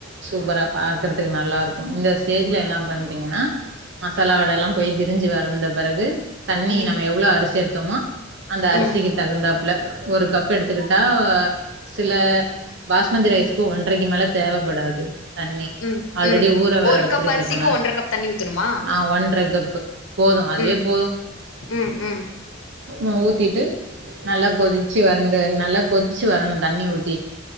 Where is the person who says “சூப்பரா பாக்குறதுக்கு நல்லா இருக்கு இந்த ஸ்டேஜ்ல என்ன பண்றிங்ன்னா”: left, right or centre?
Right